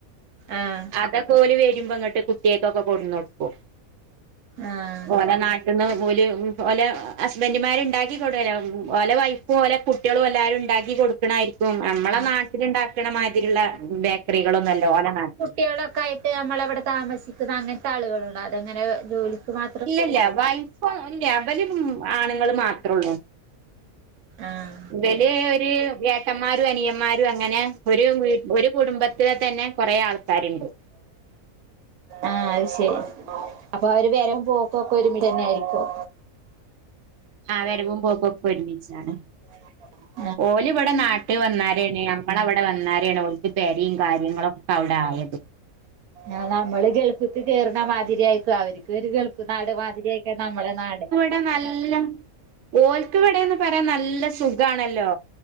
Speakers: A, on the right (about 85°); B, on the right (about 65°).
A: ആഹ്
B: അതൊക്കോല് വര്മ്പ ഇങ്ങട്ട് കുട്ടിയാക്കൊക്കെ കൊടുന്നട്ക്കും
A: ആഹ്
B: ഓന നാട്ട് എന്നാ ഓല് ഓലെ ഹസ്ബന്റുമാര് ഉണ്ടാക്കി കൊടുവല്ലോ ഓലെ വൈഫും ഓലെ കുട്ടികളും എല്ലാരും ഉണ്ടാക്കി കൊടുക്കണായിരി ഉം നമ്മളെ
A: ആഹ്
B: നാട്ടിൽ ഉണ്ടാക്ക്ണ മാതിരി ഉള്ള ബേക്കറികളൊന്നും അല്ല ഓല നാട്ടിൽ
A: കേളോ കയി ഏഹ് നമ്മളവിടെ താമസിക്കുന്ന അങ്ങൻത്തെ ആളുകളുണ്ട അതങ്ങനെ ജോലിക്ക് മാ
B: ഇല്ലല്ല വൈഫോ ഇല്ല അവലും ആണുങ്ങളു മാത്രൊള്ളൂ
A: ആഹ്
B: വെല് ഒരു ഏട്ടന്മാരും അനിയന്മാരും അങ്ങനെ ഒരു ഒരു കുടുംബത്തിലെ തന്നെ കൊറേ ആൾ താര്ണ്ട്
A: ആഹ് അത് ശരി അപ്പൊ അവര് വേരും പോക്കൊക്കെ ഒരുമിച്ച് തന്നെ ആയിരിക്കും
B: ആഹ് വരവും പോക്കും ഒക്കെ ഒരുമിച്ചാണ്
A: <unintelligible>
B: ഓല്‌വടെ നാട്ടിൽ വന്നാരേണ് ഞമ്മളവിടെ വന്നാരേണ് ഓൽക്ക് പെരിം കാര്യങ്ങളും ഒക്കെ അവിടെ ആയത്
A: ആഹ് നമ്മള് ഗൾഫിക്ക്‌ കേറുന്ന മാതിരി ആയിരിക്കും അവര് ഇതൊരു ഗൾഫു നാട് മാതിരിയേക്ക നമ്മടെ നാട്
B: ടെ നല്ലും ഓൽക്കിവിടേന്നു പറയാൻ നല്ല സുഖ് ഇതാണല്ലോ